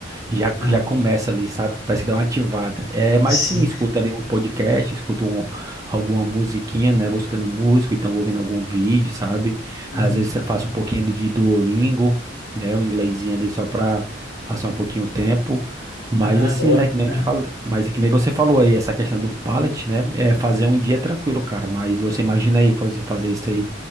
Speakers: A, on the right (about 15°); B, on the left (about 50°).
A: já
B: Aham.
A: já começa ali, sabe? Parece que dá uma ativada. É, mas
B: <laughs> Sim.
A: sim, escuto ali um podcast, escuto um- alguma musiquinha, né? Vou escutando música, então vou vendo algum vídeo, sabe? Às
B: Uhum.
A: vezes eu faço um pouquinho ali de Duolingo, né? Um inglesinho ali só pra passar um pouquinho o tempo. Mas
B: Ah,
A: assim,
B: boa.
A: né, que nem
B: <laughs>
A: eu te falo, mas é que nem você falou aí, essa questão do pallet, né, é fazer um dia tranquilo, cara, mas você imagina aí, você fazer isso aí